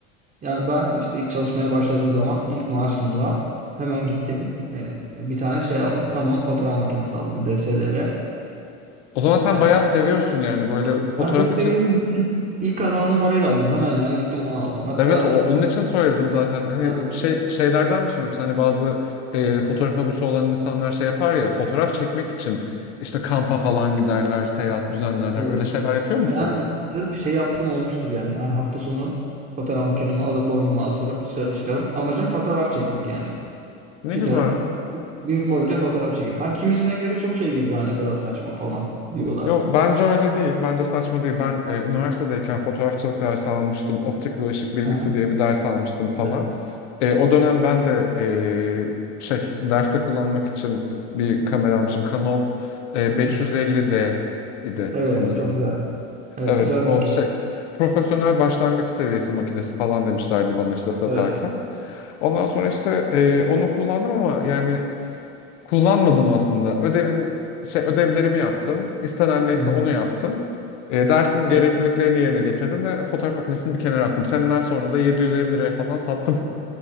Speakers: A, on the right (about 25°); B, on the left (about 80°).
A: yani ben işte ilk çalışmaya başladığım zaman ilk maaşımla hemen gittim. E, bir tane şey aldım. Canon fotoğraf makinesi aldım. DSLR.
B: O zaman sen
A: E,
B: bayağı seviyorsun yani böyle fotoğraf
A: ben çok seviyorum.
B: için.
A: bütün ilk kazandığım parayla aldım. Hemen yani gittim onu aldım. Hatta
B: Evet o, onun
A: e,
B: için söyledim zaten. Hani
A: ha,
B: şey şeylerden misin yoksa hani bazı e, fotoğraf hobisi olan insanlar şey yapar ya fotoğraf çekmek için işte kampa falan giderler, seyahat düzenlerler.
A: evet.
B: Öyle şeyler
A: evet.
B: yapıyor musun?
A: Yani sırf şey yaptım olmuştur yani. Her hafta sonu fotoğraf makinemi alır boynuma asarım dışarı çıkarım. Amacım fotoğraf çekmek yani.
B: Ne
A: Çıkarım.
B: güzel.
A: Gün boyunca fotoğraf çekerim. Ha kimisine göre çok şey geliyor. Ha ne kadar saçma falan diyorlar.
B: Yo, bence öyle değil. Bence saçma değil. Ben e, üniversitedeyken fotoğrafçılık dersi almıştım. Optik ve ışık bilgisi
A: Aha,
B: diye bir ders almıştım falan.
A: evet.
B: E, o dönem ben de e, şey derste kullanmak için bir kamera almışım. Canon e,
A: Hı-hı.
B: 550D idi
A: Evet,
B: sanırım.
A: çok güzel. Evet,
B: Evet
A: güzel
B: o
A: bir makine.
B: şey profesyonel başlangıç seviyesi makinesi falan demişlerdi bana işte satarken.
A: Evet.
B: Ondan sonra işte e, onu kullandım ama yani Kullanmadım aslında. Ödevin şey ödevlerimi yaptım. İstenen neyse
A: Hı-hı.
B: onu yaptım. E, dersin gerekliliklerini
A: Ha,
B: yerine getirdim ve fotoğraf makinesini bir kenara attım. Seneler sonra da 750 liraya falan sattım.